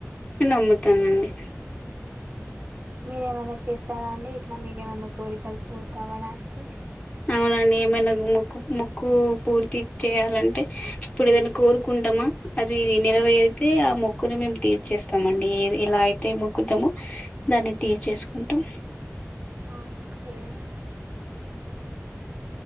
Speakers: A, on the left (about 25°); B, on the right (about 35°).
A: నమ్ముతానండి
B: మీరేమైనా చేసారా అండి ఇట్లా మీకేమన్నా కోరికలు పూర్త అవ్వడానికి
A: అవునండి ఏమైనా ముక్కు మొక్కు పూర్తి చేయాలంటే ఇప్పుడు ఏదైనా కోరుకుంటామా అది నరవేరితే
B: ఆ,
A: ఆ మొక్ మొక్కుని మేము తీర్చేస్తామండి ఏ ఎలా అయితే మొక్కుతామో దాన్ని తీర్చేసుకుంటాం.
B: అ హ్మ్